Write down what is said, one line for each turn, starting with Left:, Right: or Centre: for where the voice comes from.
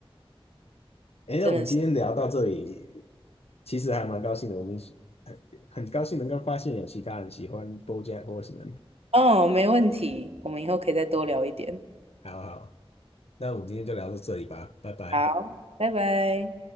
Left: 哎，那我们今天聊到这里，
Right: 真的是。
Left: 其实还蛮高兴的。我们很很高兴能够发现有其他人喜欢 BoJack Horseman。
Right: 哦，没问题，我们以后可以再多聊一点。
Left: 好好，那我们今天就聊到这里吧，拜拜。
Right: 好，拜拜。